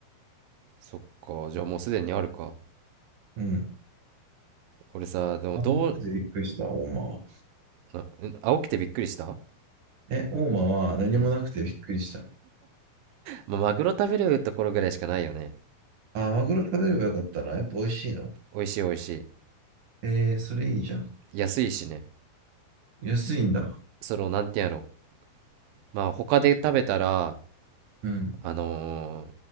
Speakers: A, on the right (about 75°); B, on the right (about 50°).
A: そっかじゃあもうすでにあるか
B: うん。
A: 俺さでもどう
B: 何もなくてびっくりした、大間は。
A: あん青くてびっくりした
B: え、大間は何もなくてびっくりした。
A: うんまあマグロ食べるところぐらいしかないよね
B: あ、マグロ食べればよかったな。やっぱ美味しいの。
A: 美味しい美味しい
B: えー、それいいじゃん。
A: 安いしね
B: 安いんだ。
A: その、なんていうんやろう。まあ、他で食べたら、
B: うん、
A: あの